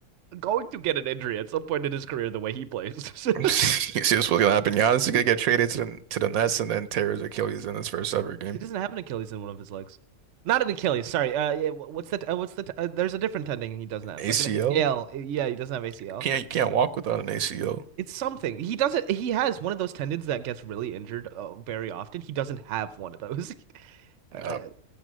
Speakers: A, on the right; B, on the right.
A: going to get an injury at some point in his career the way he plays.
B: You see
A: <laughs>
B: what's gonna happen. Giannis is gonna get traded to the to the Nets and then tear his Achilles in his first ever game.
A: He doesn't have an Achilles in one of his legs. Not an Achilles, sorry. Uh, yeah, wh- what's that? Uh, what's the? T- uh, there's a different tendon he doesn't have,
B: ACL?
A: like an ACL. Uh, Yeah, he doesn't have ACL.
B: You can't you can't walk without an ACL.
A: It's something. He doesn't. He has one of those tendons that gets really injured uh, very often. He doesn't have one of those. <laughs> I,
B: Nah,